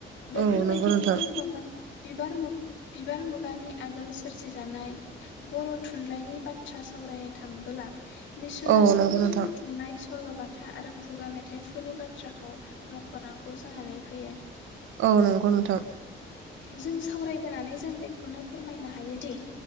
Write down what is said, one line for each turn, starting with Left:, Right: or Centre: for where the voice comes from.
Left: बेफोरबायदि
Right: औ नंगौ नोंथां
Left: गुबुन माबा बिब बिबार मु बिबार मुगानि आगोल सोरजिजानाय बर' थुनलाइनि बाथ्रा सावरायनो थांबोला मिसनारिफोरनि
Right: औ नंगौ नोंथां
Left: बुथ सल'बाथा आरो खुगा मेथाइफोरनि बाथ्राखौ मख'नांगौ जानानै फैयो
Right: औ नंगौ नोंथां।
Left: जों सावरायबोनानै जों बेखौनो फोरमायनो हायोदि